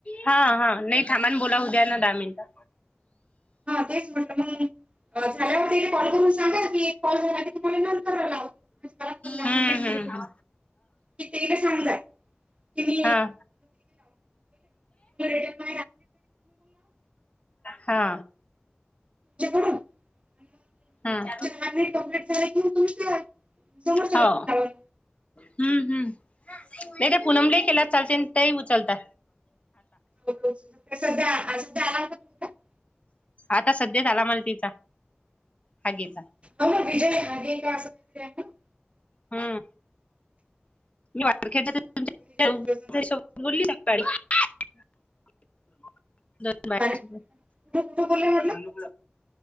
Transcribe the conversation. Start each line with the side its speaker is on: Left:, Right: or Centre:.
Left: हा हा नाही थामान बोलाव द्या ना दहा मिनटं.
Right: हा तेच म्हटलं झाल्यावर त्याने कॉल करून सांगा की एक कॉल झाला की तुम्हाला नंत लाव. दहा मि झा
Left: हम्म हम्म
Right: करीला सांजा. की
Left: हा
Right: रेटव
Left: हा.
Right: तुमकडूनॉकलेट
Left: हम्म
Right: झा कि तुमच्या समोरच्या
Left: हो
Right: व्यक्तीला लावेल.
Left: हम्म हम्म... नाही ते पुनमलाही केला तर चालते, तेही उचलता
Right: हो सध्या <unintelligible> आला होता <unintelligible>
Left: आता सध्याच आला मला तिचा हागेचा
Right: आ विजय <unintelligible> <unintelligible>
Left: हम्म मी <unintelligible> <unintelligible> <unintelligible> <unintelligible> <unintelligible>
Right: विजय मिश्राचं नाव. कुठं कुठं बोलले म्हटलं?
Left: पण <unintelligible>